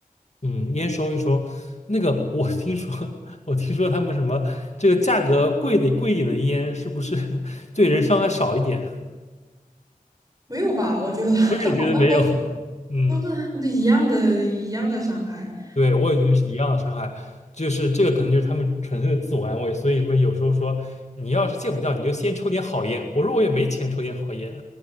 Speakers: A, on the left; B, on the right.
A: 嗯，烟收一收，那个我听说，<laughs> 我听说他们什么这个价格贵的贵一点的烟，是不是 <laughs> 对人伤害少一点？
B: 没有吧？我觉得
A: <laughs>
B: <laughs> 好像都
A: 我也觉得没有。嗯，
B: 都是一样的一样的伤害。
A: 对，我也觉得是一样的伤害，就是这个可能就是他们纯粹的自我安慰，所以什么有时候说你要是戒不掉，你就先抽点好烟。我说我也没钱抽点好烟，